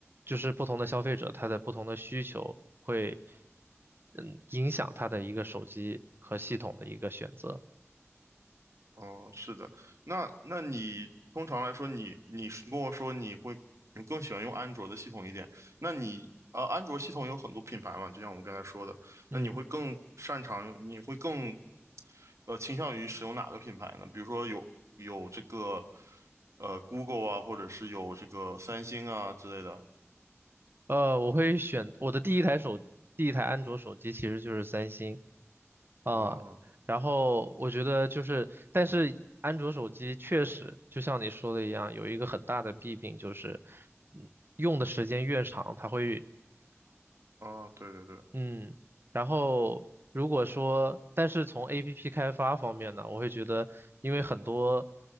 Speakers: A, on the right; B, on the right.
A: 就是不同的消费者，他的不同的需求会嗯影响他的一个手机和系统的一个选择。
B: 哦，是的，那那你通常来说你，你是跟我说你会你更喜欢用安卓的系统一点，那你呃，安卓系统有很多品牌嘛，就像我们刚才说的，
A: 嗯，
B: 那你会更擅长用，你会更呃倾向于使用哪个品牌呢？比如说有有这个呃 Google 啊，或者是有这个三星啊之类的。
A: 呃，我会选我的第一台手，第一台安卓手机其实就是三星啊，
B: 哦
A: 然后我觉得就是，但是安卓手机确实就像你说的一样，有一个很大的弊病就是，嗯，用的时间越长，它会
B: 哦，对对对，
A: 嗯，然后如果说，但是从 APP 开发方面呢，我会觉得，因为很多，